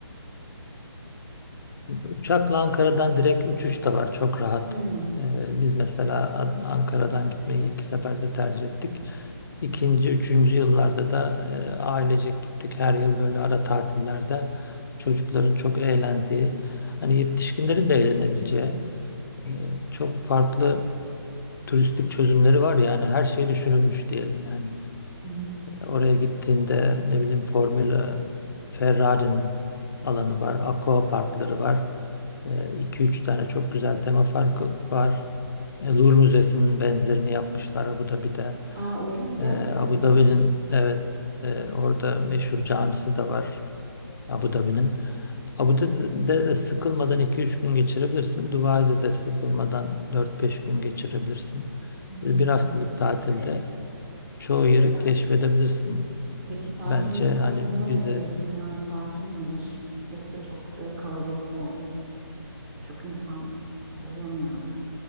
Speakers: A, on the left; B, on the right.
A: Uçakla Ankara'dan direkt uçuş da var. Çok rahat.
B: Hmm,
A: Ee, biz mesela An- Ankara'dan gitmeyi ilk seferde tercih ettik. İkinci, üçüncü yıllarda da e, ailecek gittik. Her yıl böyle ara tatillerde çocukların çok eğlendiği, hani yetişkinlerin de eğlenebileceği e, çok farklı turistik çözümleri var yani her şey düşünülmüş diyelim yani.
B: hı hı.
A: Oraya gittiğinde ne bileyim Formula Ferrari'nin alanı var. Aqua parkları var. Ee, iki üç tane çok güzel tema parkı var. E, Louvre Müzesi'nin benzerini yapmışlar Abu Dhabi'de.
B: Aa öyle mi? Gerçekten
A: E, Abu
B: mi?
A: Dhabi'nin evet e, orada meşhur camisi de var Abu Dhabi'nin. Abu Dhabi'de de sıkılmadan iki üç gün geçirebilirsin. Dubai'de de sıkılmadan dört beş gün geçirebilirsin.
B: Hmm.
A: Böyle Bir haftalık tatilde çoğu yeri keşfedebilirsin.
B: Peki sakinlik
A: Bence
B: konusunda
A: hani
B: ne
A: bize
B: diyorsun? Yani sakin midir? Yoksa çok e, kalabalık mı oluyor? Çok insan oluyor mu yani?